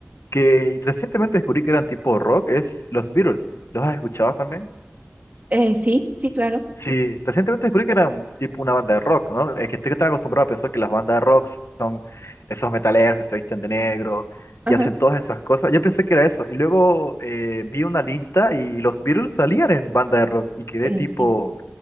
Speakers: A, on the left; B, on the right.
A: que recientemente descubrí que eran tipo rock, es los Beatles. ¿Los has escuchado también?
B: Eh, sí, sí, claro,
A: Sí, recientemente descubrí que eran tipo una banda de rock, ¿no? Es que estoy tan acostumbrado a pensar que las bandas de rock, esos metaleros que se visten de negro
B: ajá,
A: y hacen todas esas cosas, yo pensé que era eso. Y luego eh, vi una lista y los Beatles salían en banda de rock y quedé
B: eh,
A: tipo,
B: sí.